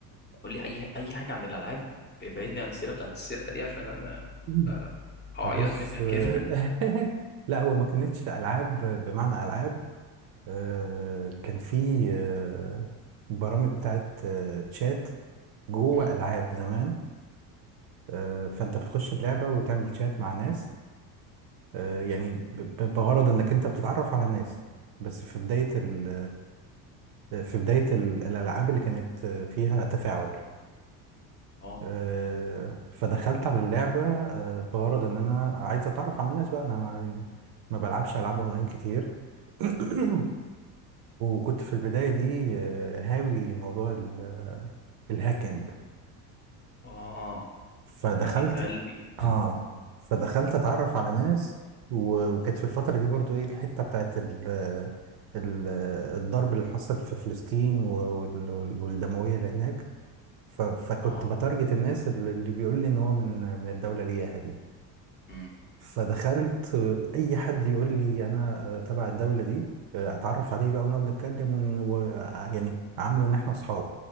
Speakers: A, on the left; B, on the right.
A: قول لي اي اي حاجه عن الالعاب ابعدني عن السيره بتاعت السرقه دي عشان انا
B: مم.
A: آه، هعيط
B: بص
A: منك
B: <laughs> آه،
A: كده
B: لا هو ما كانتش العاب بمعنى العاب آه، كان في آه، برامج بتاعت آه، تشات جوه
A: <laughs> مم.
B: ألعاب زمان آه، فأنت بتخش اللعبة وتعمل تشات مع ناس آه، يعني ب- ب- بغرض إنك أنت بتتعرف على ناس بس في بداية ال آه، في بداية ال- الألعاب اللي كانت آه، فيها تفاعل
A: اه
B: آه، فدخلت على اللعبة آه، بغرض إن أنا عايز أتعرف على الناس بقى أنا ما يعني ما بلعبش ألعاب أونلاين كتير <clears throat> وكنت في البداية دي آه، هاوي موضوع ال- آه، الهاكينج
A: اه
B: فدخلت
A: حبيب قلبي
B: اه فدخلت اتعرف على ناس و... وكانت في الفترة دي برضو ايه الحتة بتاعت ال... آه، ال... آه، الضرب اللي حصل في فلسطين و... وال... والدموية اللي هناك ف... فكنت
A: اه
B: بتارجت الناس اللي اللي بيقول لي ان هو من من الدولة اللي هي دي
A: مم.
B: فدخلت آه، اي حد يقول لي انا آه، تبع الدوله دي آه، اتعرف عليه بقى ونقعد نتكلم ون... و... آه، يعني عامله ان احنا اصحاب